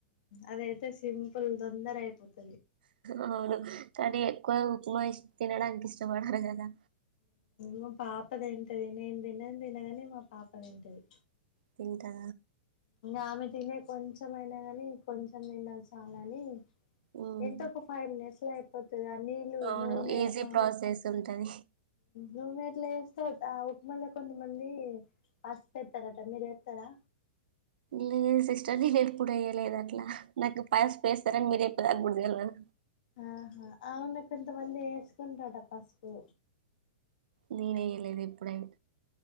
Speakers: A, on the left; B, on the right.
A: అది అయితే సింపుల్గా తొందర అయిపోతది.
B: అవును కానీ ఎక్కువ ఉప్మా ఇ తినడానికి ఇష్టపడారు కదా,
A: మా పాప తింటది నేను తిిననే తినము గాని మా పాప తింటది.
B: తింటా
A: ఆమె తినే కొంచెమై అయినా కాని కొంచెం తిన్న చాలని
B: ఉమ్
A: ఎంత ఒక ఫైవ్ మినిట్స్ లో అయిపోతది ఆ నీళ్లు,
B: అవును
A: నూనె
B: ఈజీ
A: ఆ
B: ప్రాసెస్ ఉంటది
A: నూనె ఎట్లా వేస్తా ఆ ఉప్మాలా కొన్ని మళ్ళీ పసుపు వేత్తరట మీరు వేత్తరా,
B: లేదు సిస్టర్ నేను ఎప్పుడు అయ్యలేదు అట్లా నాకు పైస్ వేస్తారని మీరు ఎప్ప తాగ
A: ఆహా అవున కొంతమంది వేస్కంట్రట పసుపు
B: నేనే కదా ఎపుడైనా